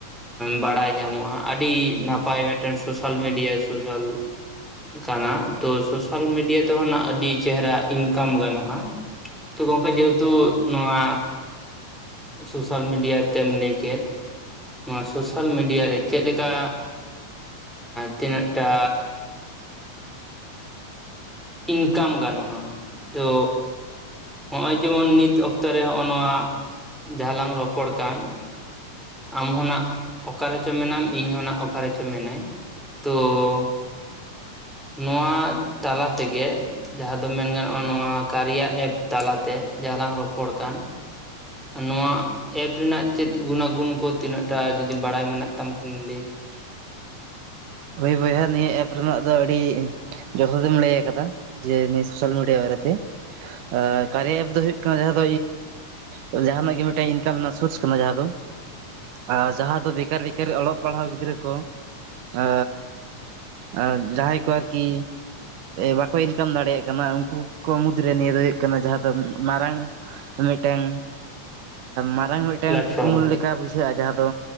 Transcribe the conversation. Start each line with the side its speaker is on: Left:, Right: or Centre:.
Centre: ᱵᱟᱲᱟᱭ ᱧᱟᱢᱚᱜᱼᱟ ᱟᱹᱰᱤ ᱱᱟᱯᱟᱭ ᱢᱤᱫᱴᱮᱱ ᱥᱳᱥᱟᱞ ᱢᱤᱰᱤᱭᱟ ᱥᱳᱥᱟᱞ ᱠᱟᱱᱟ ᱛᱚ ᱥᱳᱥᱟᱞ ᱢᱤᱰᱤᱭᱟ ᱛᱮᱦᱚᱱᱟᱜ ᱟᱹᱰᱤ ᱪᱮᱦᱨᱟ ᱤᱱᱠᱟᱢ ᱜᱟᱱᱚᱜᱼᱟ ᱛᱚ ᱜᱚᱝᱠᱮ ᱡᱮᱦᱮᱛᱩ ᱱᱚᱣᱟ ᱥᱳᱥᱟᱞ ᱢᱤᱰᱤᱭᱟ ᱛᱮᱢ ᱞᱟᱹᱭ ᱠᱮᱫ ᱱᱚᱣᱟ ᱥᱳᱥᱟᱞ ᱢᱤᱰᱤᱭᱟ ᱨᱮ ᱪᱮᱫ ᱞᱮᱠᱟ ᱛᱤᱱᱟᱹᱜᱴᱟ ᱤᱱᱠᱟᱢ ᱜᱟᱱᱚᱜᱼᱟ ᱛᱚ ᱦᱚᱜᱚᱭ ᱡᱮᱢᱚᱱ ᱱᱤᱛ ᱚᱠᱛᱚ ᱨᱮ ᱦᱚᱸᱜᱚᱭ ᱱᱚᱣᱟ ᱡᱟᱦᱟᱸ ᱞᱟᱝ ᱨᱚᱯᱚᱲ ᱠᱟᱱ ᱟᱢᱦᱚᱸ ᱱᱟᱜ ᱚᱠᱟᱨᱮᱪᱚ ᱢᱮᱱᱟᱢ ᱤᱧᱦᱚᱸ ᱱᱟᱜ ᱚᱠᱟᱨᱮᱪᱚ ᱢᱮᱱᱟᱹᱧ ᱛᱚ ᱱᱚᱣᱟ ᱛᱟᱞᱟ ᱛᱮᱜᱮ ᱡᱟᱦᱟᱸ ᱫᱚ ᱢᱮᱱ ᱜᱟᱱᱚᱜᱼᱟ ᱱᱚᱣᱟ ᱠᱟᱨᱤᱭᱟ ᱮᱯ ᱛᱟᱞᱟᱛᱮ ᱡᱟᱦᱟᱸ ᱞᱟᱝ ᱨᱚᱯᱚᱲ ᱠᱟᱱ ᱱᱚᱣᱟ ᱮᱯ ᱨᱮᱱᱟᱜ ᱪᱮᱫ ᱜᱩᱱᱟ ᱜᱩᱱ ᱠᱚ ᱛᱤᱱᱟᱹᱜ ᱴᱟ ᱡᱩᱫᱤ ᱵᱟᱲᱟᱭ ᱢᱮᱱᱟᱜ ᱛᱟᱢ ᱠᱷᱟᱱ ᱞᱟᱹᱭ
Right: ᱦᱳᱭ ᱵᱚᱭᱦᱟ ᱱᱤᱭᱟᱹ ᱮᱯ ᱨᱮᱱᱟᱜ ᱫᱚ ᱟᱹᱰᱤ ᱡᱚᱛᱦᱟᱛ ᱜᱮᱢ ᱞᱟᱹᱭ ᱟᱠᱟᱫᱟ ᱡᱮ ᱱᱤᱭᱟᱹ ᱥᱳᱥᱟᱞ ᱢᱤᱰᱤᱭᱟ ᱵᱟᱨᱮᱛᱮ ᱮᱻ ᱠᱟᱨᱭᱟ ᱮᱯ ᱫᱚ ᱦᱩᱭᱩᱜ ᱠᱟᱱᱟ ᱡᱟᱦᱟᱸ ᱫᱚ ᱡᱟᱦᱱᱟᱜ ᱜᱮ ᱢᱤᱫᱴᱮᱱ ᱤᱱᱠᱟᱢ ᱨᱮᱱᱟᱜ ᱥᱳᱨᱥ ᱠᱟᱱᱟ ᱡᱟᱦᱟᱸ ᱫᱚ ᱟᱨ ᱡᱟᱦᱟᱸ ᱫᱚ ᱵᱮᱠᱟᱨ ᱵᱮᱠᱟᱨ ᱚᱞᱚᱜ ᱯᱟᱲᱦᱟᱣ ᱜᱤᱫᱽᱨᱟᱹ ᱠᱚ ᱟ ᱟᱨ ᱡᱟᱦᱟᱸᱭ ᱠᱚ ᱟᱨᱠᱤ ᱵᱟᱠᱚ ᱤᱱᱠᱟᱢ ᱫᱟᱲᱮᱭᱟᱜ ᱠᱟᱱᱟ ᱩᱱᱠᱩ ᱠᱚ ᱢᱩᱫᱽᱨᱮ ᱱᱤᱭᱟᱹ ᱫᱚ ᱦᱩᱭᱩᱜ ᱠᱟᱱᱟ ᱡᱟᱦᱟᱸ ᱫᱚ ᱢᱟᱨᱟᱝ ᱢᱤᱫᱴᱮᱱ ᱢᱟᱨᱟᱝ ᱢᱤᱫᱴᱟᱝ
Centre: ᱯᱞᱟᱴᱯᱷᱨᱚᱢ
Right: ᱢᱤᱫᱴᱟᱝ ᱠᱩᱠᱢᱩ ᱞᱮᱠᱟ ᱵᱩᱡᱷᱟᱹᱜᱼᱟ ᱡᱟᱦᱟᱸ ᱫᱚ